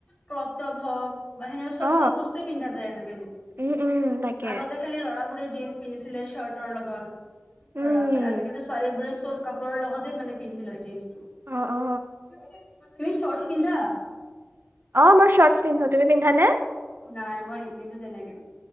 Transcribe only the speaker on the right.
অ
উম উম তাকে
উম
অ অ
অ মই শৰ্টচ পিন্ধো তুমি পিন্ধানে